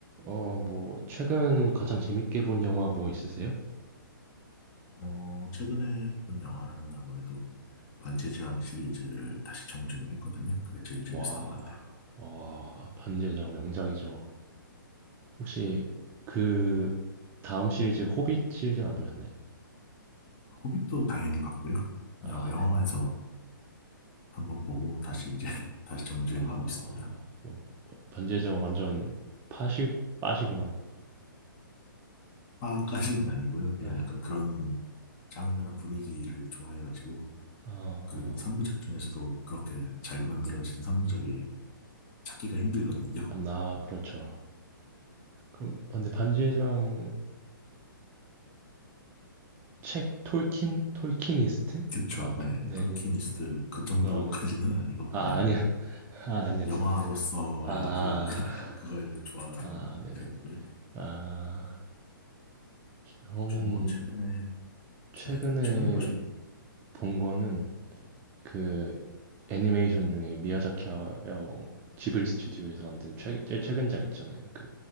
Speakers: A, on the right; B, on the left.
A: 어, 뭐, 최근 가장 재밌게 본 영화 뭐 있으세요?
B: 어, 최근에 본 영화라면 아무래도 반지의 제왕 시리즈를 다시 정주행했거든요. 그게 제일 재밌었던
A: 와,
B: 것 같아요.
A: 와, 반지의 제왕 명작이죠. 혹시 그 다음 시리즈 호빗 시리즈는 안 보셨나요?
B: 아, 호빗도 당연히 봤고요. 어,
A: 아,
B: 영화관에서
A: 네.
B: 한번 보고 다시 이제 <laughs> 다시 정주행하고
A: 아,
B: 있습니다.
A: 뭐 반지의 제왕 완전 파시 빠시구나.
B: 파까지는
A: 네,
B: 아니고요. 그냥
A: 아, 네.
B: 약간 그런 장르나 분위기를 좋아해가지고
A: 아,
B: 그리고 3부작 중에서도 그렇게 잘 만들어진 3부작이 찾기가 힘들거든요. <laughs>
A: 나 그렇죠. 그럼 아, 근데 반지의 제왕이면 책 톨킨 톨키니스트라고
B: 그쵸. 네.
A: 하나? 네,
B: 톨키니스트
A: 네. 어,
B: 그 정도까지는
A: 아, 네.
B: 아니고
A: 아,
B: 그냥
A: 아니야. <laughs> 아, 아니야.
B: 영화로서의
A: 아.
B: 그 <laughs> 그걸 좋아하는
A: 아 네네.
B: 편이고요.
A: 아. 저는
B: 혹시 뭐 최근에
A: 최근에
B: 네 최근에 보셨
A: 본 거는 그 애니메이션 중에 미야자키 하야오 지브리 스튜디오에서 만든 최 제일 최근작 있잖아요. 그